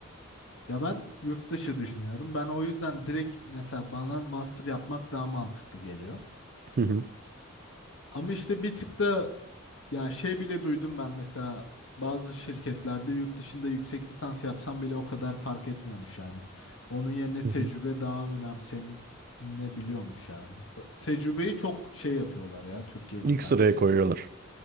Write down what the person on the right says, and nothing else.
Hı hı.
Hı
hı.
İlk
sıraya koyuyorlar.